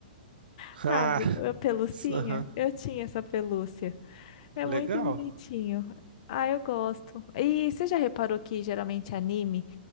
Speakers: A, on the right; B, on the left.
A: <laughs>
B: sabe?
A: Ah,
B: A pelucinha.
A: s- aham,
B: Eu tinha essa pelúcia. É
A: legal.
B: muito bonitinho. Ah, eu gosto. E você já reparou que geralmente anime